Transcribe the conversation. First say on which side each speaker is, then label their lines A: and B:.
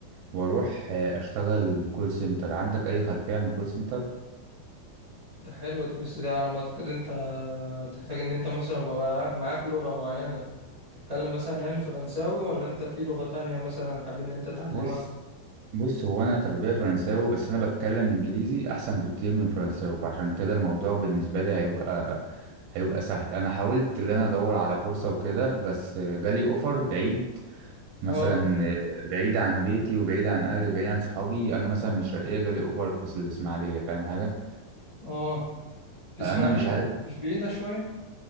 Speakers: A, on the right; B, on the right.
A: واروح آه، اشتغل كول سنتر عندك اي خلفية عن الكول سنتر
B: ده حلوة دي بس ده على ما اعتقد انت تحتاج ان انت مثلا يبقى معاك معاك لغة معينة تتكلم مثلا يعني فرنساوي ولا انت في لغة تانية مثلا حابب ان انت تعلمها
A: بص بص هو انا تربية فرنساوي بس انا بتكلم انجليزي احسن بكتير من فرنساوي فعشان كده الموضوع بالنسبة لي هيبقى هيبقى سهل انا حاولت ان انا ادور على فرصة وكده بس جالي اوفر بعيد مثلا
B: اه
A: بعيد عن بيتي وبعيد عن اهلي وبعيد عن صحابي انا مثلا من الشرقية جالي اوفر في الاسماعيلية فاهم حاجة
B: اه في
A: فانا
B: اسماعيلية
A: مش عارف
B: مش بعيدة شوية